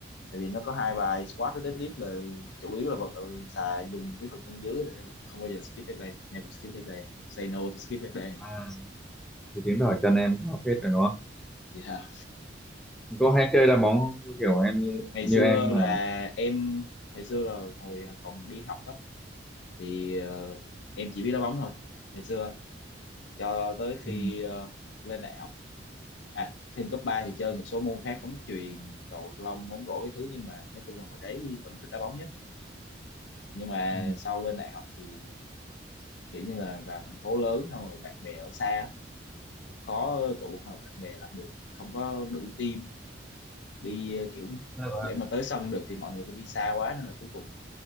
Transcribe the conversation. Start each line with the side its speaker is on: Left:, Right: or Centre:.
Left: tại vì nó có hai bài squat với deadlift là chủ yếu là vật ừ, xà dùng cái phần thân dưới nên là không bao giờ skip leg day never skip leg day say no to skip leg day
Centre: à, thì chứng tỏ chân em có phết rồi đúng không
Left: yeah.
Centre: có hay chơi đá bóng không? kiểu em như
Left: ngày
Centre: như
Left: xưa
Centre: em mà
Left: là em ngày xưa là hồi còn đi học á thì ờ, em chỉ biết đá bóng thôi ngày xưa cho tới khi
Centre: ừ,
Left: ờ, lên đại học à thêm cấp 3 thì chơi một số môn khác bóng chuyền cầu lông bóng rổ cái thứ nhưng mà nói chung là hồi đấy vẫn thích đá bóng nhất nhưng mà
Centre: ừ.
Left: sau lên đại học thì kiểu như là vào thành phố lớn xong rồi bạn bè ở xa khó tụ hợp bạn bè lại được không có đủ team đi ờ, kiểu
Centre: Tức là
Left: để mà tới sân được thì mọi người phải đi xa quá nên là cuối cùng